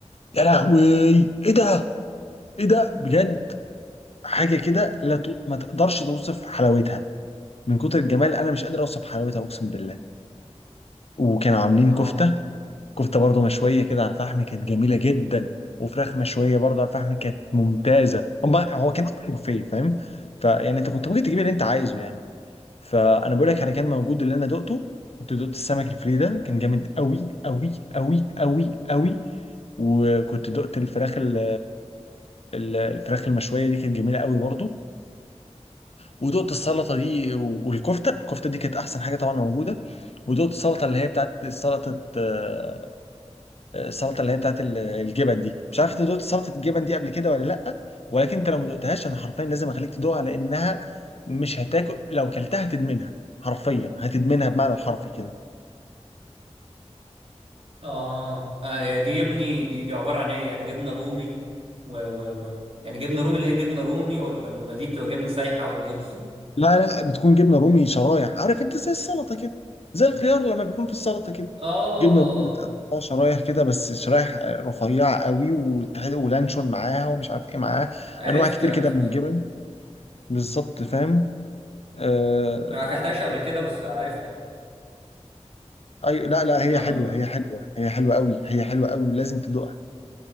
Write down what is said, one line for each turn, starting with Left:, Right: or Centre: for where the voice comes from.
Left: يا لهوي ايه ده ايه ده بجد حاجه كده لا ت... ما تقدرش توصف حلاوتها من كتر الجمال انا مش قادر اوصف حلاوتها اقسم بالله وكانوا عاملين
Right: اه
Left: كفته كفته برضو مشويه كده على الفحم كانت جميله جدا وفراخ مشويه برضو على الفحم كانت ممتازه هم هو كان اكتر بوفيه فاهم فيعني انت كنت ممكن تجيب اللي انت عايزه يعني فانا بقول لك على كان موجود اللي انا دقته كنت دقت السمك الفري ده كان جامد قوي قوي قوي قوي قوي وكنت دقت الفراخ ال- ال- الفراخ المشويه دي كانت جميله قوي برضو ودقت السلطه دي والكفته الكفته دي كانت احسن حاجه طبعا موجوده ودقت السلطه اللي هي بتاعت سلطه آه، السلطه اللي هي بتاعت ال- الجبن دي مش عارف انت دقت سلطه الجبن دي قبل كده ولا لا ولكن انت لو ما دقتهاش انا حرفيا لازم اخليك تدوقها لانها مش هتاكل لو كلتها هتدمنها حرفيا هتدمنها بمعنى الحرفي كده
Right: اه آه، هي دي يا ابني دي دي عبارة عن ايه يعني جبنة رومي و و و يعني جبنة رومي اللي هي جبنة رومي ولا ولا دي بتبقى جبنة سايحة ولا ايه بالظبط
Left: لا لا بتكون جبنه رومي شرايح عارف انت زي السلطه كده زي الخيار لما بيكون في السلطه كده
Right: اه
Left: جبنه رومي بتقطع شرايح كده بس شرايح رفيعه قوي وتحل- ولانشون معاها ومش عارف ايه معاها
Right: عرفت
Left: انواع كتير
Right: عرفت
Left: كده من الجبن بالظبط فاهم آه...
Right: انا ما اكلتهاش قبل كده بس عارفها يعني
Left: اي لا لا هي
Right: يعني
Left: حلوه
Right: م-
Left: هي حلوه هي حلوه قوي هي حلوه قوي ولازم تدوقها